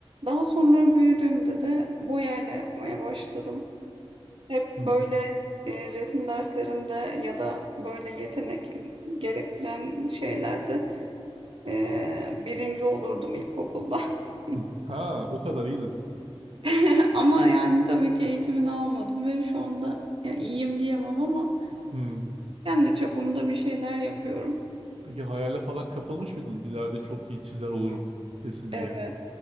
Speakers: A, on the right; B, on the right.
A: Daha sonra büyüdüğümde de boyayla yapmaya başladım. Hep
B: Hı
A: böyle e, resim derslerinde ya da böyle yetenek gerektiren şeylerde e, birinci olurdum ilkokulda. <laughs>
B: hı. Ha, o kadar iyiydin.
A: <laughs> Ama yani tabii ki eğitimini almadım ve şu anda ya iyiyim diyemem ama
B: Hı.
A: kendi çapımda bir şeyler yapıyorum.
B: Peki hayale falan kapılmış mıydın? İleride çok iyi çizer olurum kesin
A: Evet,
B: diye.